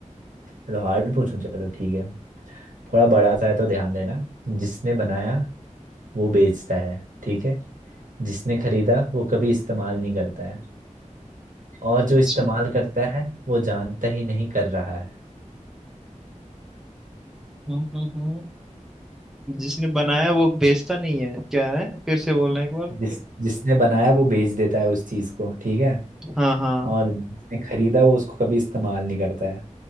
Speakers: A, on the right; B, in the centre.
A: चलो हार्ड पूछूं चलो ठीक है थोड़ा बड़ा सा है तो ध्यान देना जिसने बनाया वो बेचता है ठीक है जिसने खरीदा वो कभी इस्तेमाल नहीं करता है और जो
B: अच्छा
A: इस्तेमाल
B: है।
A: करता है वो जानता ही नहीं कर रहा है
B: हम्म हम्म हम्म। जिसने बनाया वो बेचता नहीं है क्या है फिर से बोलना एक बार
A: जिस जिसने बनाया वो बेच देता है उस चीज को ठीक है
B: हाँ हाँ
A: और जिसने खरीदा वो उसको कभी इस्तेमाल नहीं करता है